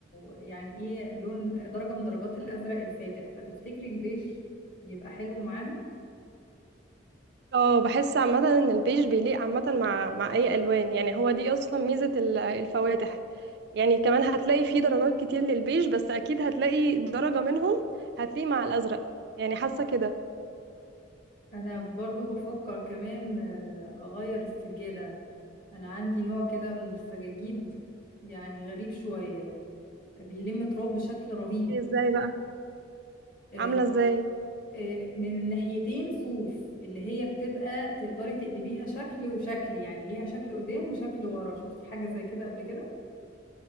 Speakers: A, on the left; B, on the right.
A: يعني ايه لون درجة من درجات الازرق الفاتح فتفتكري البيج يبقى حلو معاها
B: اه بحس عامة ان البيج بيليق عامة مع مع اي الوان يعني هو دي اصلا ميزة ال- الفواتح يعني كمان هتلاقي فيه درجات كتير للبيج بس اكيد هتلاقي درجة منهم هتلاقي مع الازرق يعني حاسة كده
A: انا برضو بفكر كمان آه، اغير السجادة انا عندي نوع كده من السجاجيد يعني غريب شوية بيلم تراب بشكل رهيب
B: إيه ازاي بقى
A: آه،
B: عاملة ازاي
A: آه، من الناحيتين صوف اللي هي بتبقى تقدري تقلبيها شكل وشكل يعني ليها شكل قدام وشكل ورا شفتي حاجة زي كده قبل كده